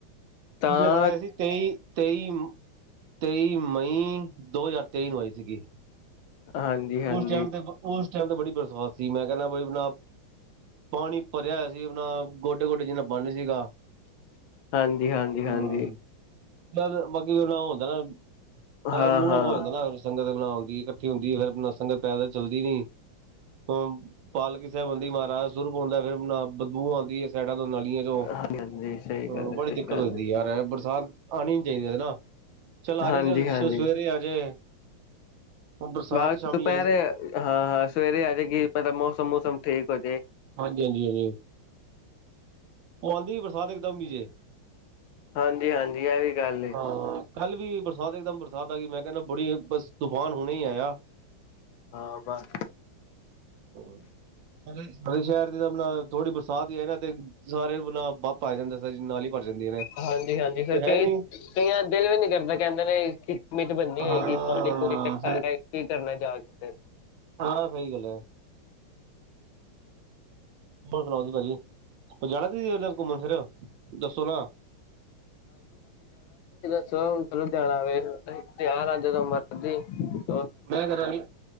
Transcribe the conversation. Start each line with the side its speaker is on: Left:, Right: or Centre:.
Left: ਤਾਂ
Right: ਪਿਛਲੇ ਸਾਲ ਆਇਆ ਸੀ ਤੇਈ ਤੇਈ-ਤੇਈ ਮਈ ਦੋ ਹਜ਼ਾਰ ਤੇਈ ਨੂੰ ਆਏ ਸੀਗੀ
Left: ਹਾਂਜੀ
Right: <unintelligible>
Left: ਹਾਂਜੀ
Right: ਉਸ ਟਾਈਮ ਤੇ ਉਸ <unintelligible> ਬੜੀ ਬਰਸਾਤ ਸੀ ਮੈਂ ਕਹਿਣਾ <unintelligible> ਪਾਣੀ ਭਰਿਆ ਹੋਇਆ ਸੀ ਆਪਣਾ ਗੋਡੇ ਗੋਡੇ ਜਿੰਨਾ <unintelligible> ਪਾਣੀ ਸੀਗਾ
Left: ਹਾਂਜੀ ਹਾਂਜੀ
Right: ਹਾਂਜੀ
Left: ਹਾਂਜੀ
Right: ਬਾਕੀ ਉਹ ਹੁੰਦਾ ਨਾ
Left: ਹਾਂ
Right: ਮੂਡ
Left: ਹਾਂ
Right: ਆਫ ਹੋ ਜਾਂਦਾ ਸਾਰੀ ਸੰਗਤ ਦੇ ਨਾਲ। ਨਾ ਹੁੰਦੀ ਇਕੱਠੀ ਹੁੰਦੀ ਫੇਰ ਨ ਸੰਗਤ ਪੈਦਲ ਚੱਲਦੀ ਨੀ <unintelligible> ਪਾਲਕੀ ਸਾਹਿਬ ਹੂੰਦੀ ਮਹਾਰਾਜ ਸਰੂਪ ਹੁੰਦਾ ਫੇਰ ਨ ਬਦਬੂ ਆਉਂਦੀ ਹੈ ਸੈਂਟ <unintelligible> ਨਾਲੀਆਂ ਚੋਂ
Left: ਹਾਂਜੀ ਹਾਂਜੀ ਸਹੀ
Right: ਹਮ
Left: ਗੱਲ
Right: ਬੜੀ
Left: ਹੈ ਸਹੀ
Right: ਦਿੱਕਤ
Left: ਗੱਲ
Right: ਹੋ ਜਾਂਦੀ ਯਾਰ ਬਰਸਾਤ ਆਉਣੀ ਨੀ ਚਾਹੀਦੀ ਨਾ ਚਲ
Left: ਹੈ
Right: ਆਜੇ
Left: ਹਾਂਜੀ
Right: ਚਲ
Left: ਹਾਂਜੀ
Right: ਸਵੇਰੇ ਆਜੇ ਉਹ ਬਰਸਾਤ
Left: ਬਾਅਦ ਦੁਪਹਿਰੇ
Right: ਆਈ
Left: ਹਾਂ ਹਾਂ ਸਵੇਰੇ ਆ ਜਾਏਗੀ <unintelligible> ਮੌਸਮ ਮੂਸਮ ਠੀਕ ਹੋ ਜੇ
Right: ਹਾਂਜੀ-ਹਾਂਜੀ ਹਾਂਜੀ। ਉਹ ਆਉਂਦੀ ਬਰਸਾਤ ਇਕ ਦਮ ਵੀਜੇ
Left: ਹਾਂਜੀ-ਹਾਂਜੀ ਇਹ ਵੀ ਗੱਲ ਏ
Right: <unintelligible> ਹਾਂ ਕੱਲ ਵੀ ਬਰਸਾਤ ਇੱਕਦਮ ਬਰਸਾਤ ਆ ਗਈ ਮੈਂ ਕਹਿੰਦਾ ਬੜੀ <unintelligible> ਤੂਫਾਨ ਹੁਣੇ ਹੀ ਆਇਆ।
Left: ਹਾਂ ਬਸ।
Right: <unintelligible> ਸਾਡੇ ਸ਼ਹਿਰ ਦੇ ਤਾਂ ਥੋੜੀ ਬਰਸਾਤ ਹੀ ਆਏ ਨਾ ਤੇ ਸਾਰੇ ਣ <unintelligible> <unintelligible> ਨਾਲੀ ਭਰ ਜਾਂਦੀਆਂ ਨੇ
Left: ਹਾਂਜੀ-ਹਾਂਜੀ ਫਿਰ
Right: ਕੋਈ ਹੈ
Left: ਕਈ
Right: ਨਹੀਂ
Left: ਕਈਆਂ ਦਿਲ ਵੀ ਨਹੀ ਕਰਦਾ ਕਹਿੰਦੇ ਨੇ ਕੀ ਉਮੀਦ ਬੰਨੀ ਹੈਏਗੀ
Right: ਹਾਂ
Left: ਪਾਣੀ <unintelligible>
Right: ਫਿਰ
Left: <unintelligible> ਕਰਨਾ ਜਾ ਕੇ ਫਿਰ
Right: ਹਾਂ ਸਹੀ ਗੱਲ ਹੈ। ਹੋਰ ਸੁਣਾਓ ਤੁਸੀ ਭਾਜੀ ਜਾਣਾ ਤੁਸੀਂ ਉਧਰ ਘੁੰਮਣ ਫਿਰ ਦੱਸੋ ਨਾ
Left: ਅੰਕਲ ਨੂੰ ਕਹਿਣਾ ਜਦੋਂ ਮਰਜ਼ੀ ਆ ਜਾਣਾ ਮੈਂ ਤਿਆਰ ਹਂ।
Right: ਮੈਂ ਕਰਾ ਮੈ ਚਲਣੇ ਆ